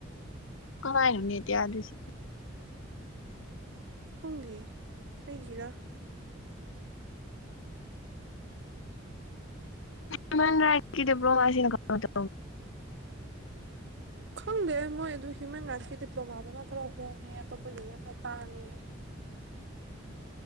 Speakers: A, on the left; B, on the right.
A: ꯀꯅꯥꯥꯏꯅꯤ ꯇꯌꯥꯗꯁꯤ
B: ꯍꯨꯡꯒꯤ ꯑꯩꯒꯤꯔꯥ
A: ꯎꯝꯃ ꯗꯤ꯭ꯂꯣꯃꯁꯤ ꯀ ꯇꯦ
B: ꯈꯪꯗꯦ ꯃꯣꯏ ꯑꯗꯨ ꯍ꯭ꯌꯨꯃꯦꯟ ꯔꯥꯏꯠꯁꯀꯤ ꯗꯤꯄ꯭ꯂꯣꯃꯥꯗꯨꯅ ꯈꯔ ꯍꯣꯡꯉꯦ ꯑꯇꯣꯞꯄꯒꯤꯗꯨꯅ ꯈꯔ ꯇꯥꯡꯉꯦ ꯍꯥꯏ